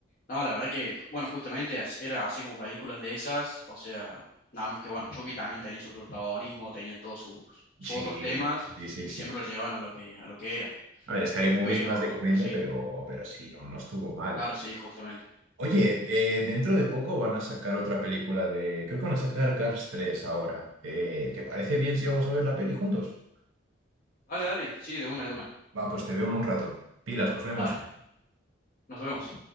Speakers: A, on the left (about 45°); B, on the right (about 80°).
A: No, la verdad que, bueno, justamente as- era así como películas de esas. O sea, nada más que, bueno, Chucky también tenía su protagonismo, tenía todos sus, sus
B: Sí,
A: otros temas
B: sí, sí,
A: que
B: sí.
A: siempre lo llevan a lo que, a lo que era.
B: A ver, Scary Movie
A: Pero,
B: es más de comedia,
A: pero sí,
B: pero, pero sí, no, no estuvo mal.
A: claro, sí, justamente.
B: Oye, eh,
A: Y-
B: dentro de poco van a sacar otra película de. Creo que van a sacar Cars tres ahora. Eh, ¿te parece bien si vamos a ver la peli juntos?
A: dale, dale, sí, de una, de una.
B: Va, pues te veo en un rato. Pilas, nos vemos.
A: Dale, nos vemos.